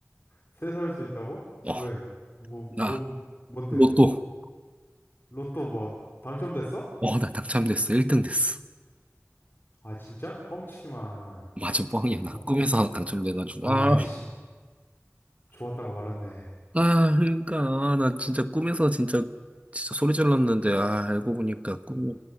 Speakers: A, on the left; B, on the right.
A: 세살 수 있다고?
B: 어,
A: 왜? 뭐, 뭔,
B: 나
A: 뭔데?
B: 로또.
A: 로또 뭐, 당첨됐어?
B: 어, 나 당첨됐어. 1등 됐어.
A: 아, 진짜? 뻥치지 마.
B: 맞아, 뻥이야. 나
A: 어?
B: 꿈에서 당첨돼가지고.
A: 아이씨.
B: 아,
A: 좋았다가 말았네.
B: 아, 그러니까. 나 진짜 꿈에서 진짜, 진짜 소리 질렀는데, 아, 알고 보니까 꿈이,